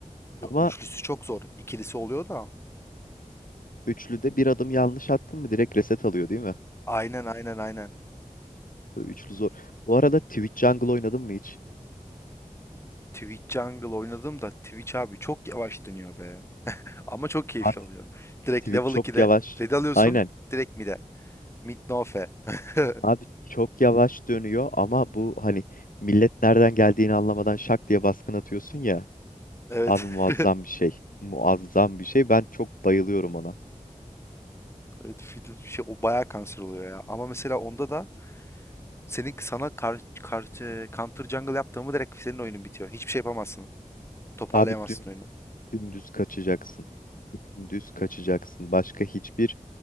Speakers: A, on the left; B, on the left.
A: Ya,
B: Ama
A: üçlüsü çok zor. İkilisi oluyor da.
B: üçlüde bir adım yanlış attın mı direkt reset alıyor değil mi?
A: Aynen aynen aynen.
B: Bu Üçlü zor. Bu arada Twitch Jungle oynadın mı hiç?
A: Twitch Jungle oynadım da Twitch abi çok yavaş dönüyor be. Ama çok keyifli
B: Abi
A: oluyor. Direkt
B: Twitch
A: level
B: çok
A: 2'de
B: yavaş.
A: red alıyorsun.
B: Aynen.
A: Direkt mid'e. Mid no fe. <laughs>
B: Abi çok yavaş dönüyor ama bu hani millet nereden geldiğini anlamadan şak diye baskın atıyorsun ya.
A: Evet.
B: Abi muazzam
A: <laughs>
B: bir şey. Muazzam bir şey. Ben çok bayılıyorum ona.
A: Evet, fidu şey o bayağı kanser oluyor ya. Ama mesela onda da senin sana kar, kar, e, counter jungle yaptığımı direkt senin oyunun bitiyor. Hiçbir şey yapamazsın. Toparlayamazsın
B: Abi dün
A: oyunu.
B: Dümdüz kaçacaksın. Dümdüz kaçacaksın. Başka hiçbir